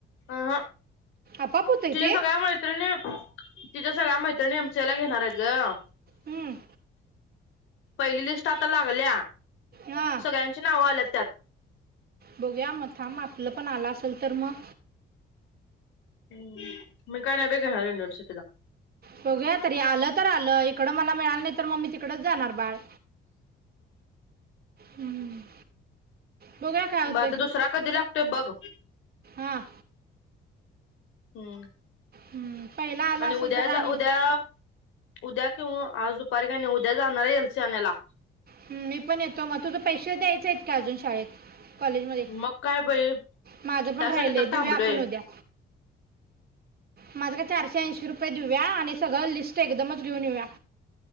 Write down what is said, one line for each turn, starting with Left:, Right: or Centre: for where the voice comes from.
Left: अह
Right: आपाप होतंय
Left: तिच्या
Right: ते
Left: सगळ्या मैत्रिणी तिच्या सगळ्या मैत्रिणी एमसीए ला घेणार आहेत गं
Right: हम्म
Left: पहिली लिस्ट आता लागल्या
Right: हां
Left: सगळ्यांची नाव आल्यात त्यात
Right: बघूया मग थांब आपलं पण आलं असल तर मग
Left: हम् मी काय नाही बय घेणार युनिव्हर्सिटीला
Right: बघूया तरी आलं तर आलं इकडं मला मिळालं नाही तर मग मी तिकडच जाणार बाळ हम्म बघूया काय होतंय
Left: म आता दुसरा कधी लागतोय बघ
Right: हां
Left: हम्म
Right: हम्म पहिला आला
Left: आणि
Right: असेल
Left: उद्या
Right: तर आणि
Left: जा उद्या उद्या किऊ आज दुपारी काही नाही उद्या जाणार हाय एल सी आणायला
Right: हम मी पण येतो मग तुझं पैश द्यायचय आहेत का अजून शाळेत कॉलेज मध्ये
Left: मग काय बाई
Right: माझ पण
Left: त्यासाठी
Right: राहिलंय
Left: तर
Right: दिवया
Left: थांबलोय
Right: आपण उद्या माझ का चारशे ऐंशी रुपये देऊया आणि सगळं लिस्ट एकदमच घेऊन येऊया